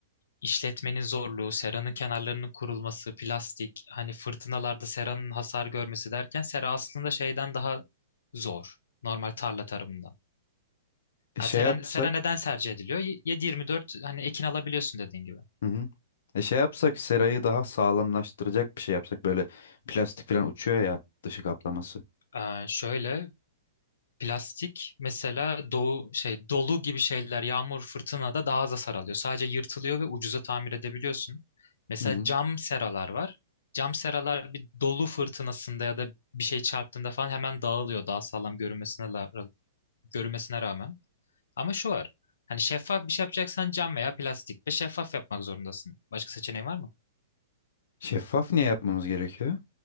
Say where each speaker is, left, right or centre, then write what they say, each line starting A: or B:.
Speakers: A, on the left (about 85°); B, on the left (about 55°).
A: işletmenin zorluğu, seranın kenarlarının kurulması, plastik, hani fırtınalarda seranın hasar görmesi derken sera aslında şeyden daha zor. Normal tarla tarımından.
B: E
A: Ha,
B: şey
A: teren,
B: yapsak,
A: sera neden tercih ediliyor? Y- 7-24 hani ekin alabiliyorsun dediğin gibi.
B: hı hı. E şey yapsak serayı daha sağlamlaştıracak bir şey yapsak böyle plastik falan uçuyor ya dışı kaplaması.
A: Ee, şöyle Plastik mesela doğu şey dolu gibi şeyler yağmur fırtınada daha az hasar alıyor. Sadece yırtılıyor ve ucuza tamir edebiliyorsun. Mesela
B: Hı hı.
A: cam seralar var. Cam seralar bir dolu fırtınasında ya da bir şey çarptığında falan hemen dağılıyor daha sağlam görünmesine la- görünmesine rağmen. Ama şu var. Hani şeffaf bir şey yapacaksan cam veya plastik ve şeffaf yapmak zorundasın. Başka seçeneğin var mı?
B: Şeffaf niye yapmamız gerekiyor?